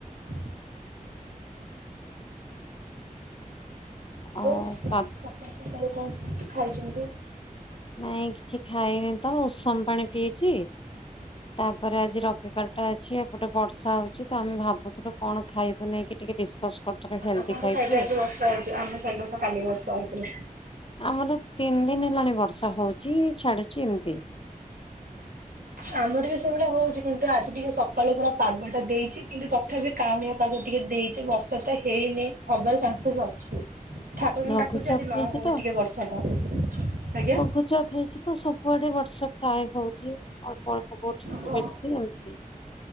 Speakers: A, on the right; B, on the left.
A: <unintelligible> ସକାଳୁ
B: ଆଉ ପା
A: ସକାଳୁ କଣ ଖାଇଚନ୍ତି?
B: ନାଇଁ କିଛି ଖାଇନି ତ ଉଷୁମ୍ ପାଣି ପିଇଚି ତାପରେ ଆଜି ରବିବାର୍ ଟା ଅଛି ଆଉପଟେ ବର୍ଷା ହଉଛିଊ ତ ଆମେ ଭାବୁଥିଲୁ କଣ ଖାଇବୁ ନେଇକି ଟିକେ ଡିସକସ୍ କରୁଥିଲୁ। ହେଲ୍ଦି
A: ଆପଣଙ୍କ
B: ଖାଇବୁ
A: ସାଇଡ୍ ରେ ଆଜି ବର୍ଷା ହେଇଚି ଆମ ସାଇଡରେ ତ କାଲି ବର୍ଷା ହେଇଥିଲା।
B: ଆମର ତିନି ଦିନି ହେଲାଣି ବର୍ଷା ହଉଚି ଛାଡୁଚି ଏମିତି।
A: ଆମର ବି ସେଇଭଳିଆ ହଉଚି କିନ୍ତୁ ଆଜି ଟିକେ ସକାଳୁ ପୁରା ପାଗ ଟା ଦେଇଚି କିନ୍ତୁ ତଥାପି କାଉଁଳିଆ ପାଗ ଟିକେ ଦେଇଚି ବର୍ଷା ତ ହେଇନି ହବାର ଚାନ୍ସେସ୍ ଅଛି। ଠାକୁରଙ୍କୁ
B: ଲଘୁଚାପ
A: ଡାକୁଚି ଆଜି ନ
B: ହେଇଛି
A: ହଉ
B: ତ
A: ଟିକେ ବର୍ଷାଟା ଆଜ୍ଞା।
B: ଲଘୁଚାପ ହେଇଚି ତ ସବୁଆଡେ ବର୍ଷା ପ୍ରାୟେ ହଉଚି ଅଳ୍ପ ଅଳ୍ପ କଉଠି ଟିକେ
A: ହଁ।
B: ବେଶି ହଉଚି।